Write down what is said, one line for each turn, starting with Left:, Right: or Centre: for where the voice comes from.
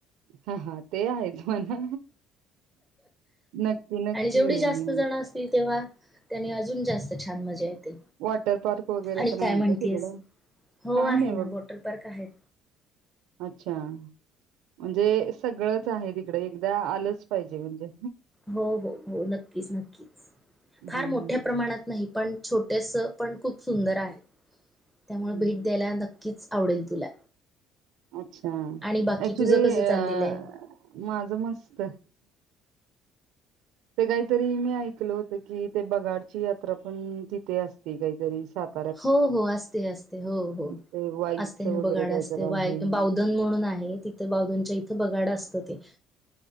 Right: हा हा. ते आहेच म्हणा नक्की नक्की
Centre: आणि जेवढी
Right: येईल
Centre: जास्त
Right: मी
Centre: <unintelligible> तेव्हा त्याने अजून जास्त छान मजा येते
Right: वॉटर पार्क वगैरे
Centre: आणि
Right: पण
Centre: काय
Right: आहे
Centre: म्हणतीयस?
Right: का तिकडं?
Centre: हो
Right: काय
Centre: आहे
Right: नाही
Centre: ना
Right: बघ
Centre: वॉटर पार्क आहेत
Right: अच्छा म्हणजे सगळंच आहे तिकडे एकदा आलंच पाहिजे म्हणजे
Centre: हो हो हो नक्कीच नक्कीच
Right: हम्म
Centre: फार मोठ्या प्रमाणात नाही पण छोटेस पण खूप सुंदर आहे, त्यामुळं
Right: हम्म
Centre: भेट द्यायला नक्कीच आवडेल तुला
Right: अच्छा
Centre: आणि बाकी
Right: ऍक्चुली
Centre: तुझं कसं
Right: अ
Centre: चाललेलं आहे?
Right: माझ मस्त ते काहीतरी मी ऐकल होत की ते बगाडची यात्रा पण तिथे असती काहीतरी सात
Centre: हो हो असते असते हो
Right: ते
Centre: हो
Right: वाईचं
Centre: असते ना
Right: वगैरे
Centre: बघाड असते
Right: काहीतरी आहे
Centre: बा
Right: हम्म
Centre: बावधन म्हणून आहे ति ते बावधन च्या इथं बघाडा असतं ते